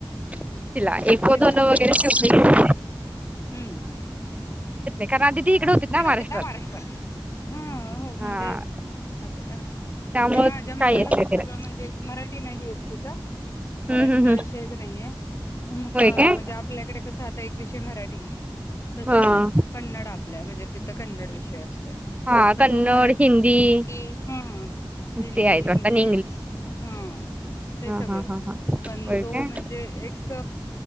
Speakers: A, on the right (about 15°); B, on the left (about 35°).
A: तिला
B: शिकते
A: एक दोन
B: तर
A: वगैरे तेवढ येते
B: हम्म
A: कारण आधी ती इकडे
B: तिकडे
A: होती महाराष्ट्रात
B: होते ना महाराष्ट्रात हा हो म्हणजे
A: हा
B: असं त्या
A: त्यामुळे
B: माझ्या मुलाला
A: काय येत
B: पण
A: नाही तिला
B: सगळं म्हणजे मराठी नाही येत. <unintelligible> मराठीचा
A: हम्म हम्म हम्म
B: विषयच नाहीये म्हणजे
A: होय काय
B: आपल्याकडे कस आता एक विषय मराठी ते तस
A: हा
B: नाही कन्नड आपल्या म्हणजे तिथं कन्नड विषय असत
A: हा
B: पण
A: कन्नड
B: तो मराठी
A: हिंदी
B: हिंदी
A: ते आहेत वाटत
B: इंग्लिश
A: आणि
B: हा ते
A: हा
B: सगळं
A: हा हा हा
B: पण
A: होय
B: तो
A: काय
B: म्हणजे एक